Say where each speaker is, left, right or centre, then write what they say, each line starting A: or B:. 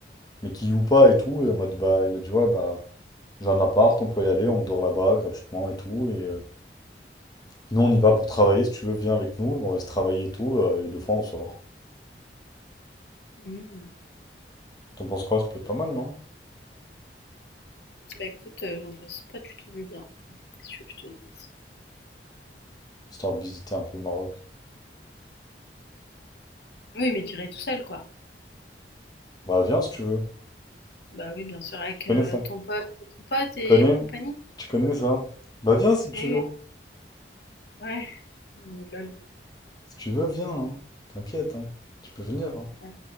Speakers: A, on the left; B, on the left.
A: mais qui loue pas et tout. Et en mode, bah, il a dit, ouais, bah, j'ai un appart, on peut y aller, on dort là-bas gratuitement et tout. Et euh, nous, on y va pour travailler. Si tu veux, viens avec nous, on reste travailler et tout. euh, et deux fois, on sort.
B: Mmh.
A: T'en penses quoi? Ça peut être pas mal, non?
B: Bah écoute, euh, j'en pense pas du tout du bien. Qu'est-ce que tu veux que je te dise?
A: Histoire de visiter un peu le Maroc.
B: Oui, mais tu irais tout seul, quoi.
A: Bah, viens si tu veux.
B: Bah oui, bien sûr, avec
A: Tu connais
B: euh,
A: ça?
B: ton pote, ton pote et
A: Connais?
B: compagnie.
A: Tu connais ça? Bah, viens si
B: Oui,
A: tu
B: oui,
A: veux.
B: ouais. Mais lol.
A: Si tu veux, viens, hein. T'inquiète, hein. Tu peux venir, hein.
B: ouais.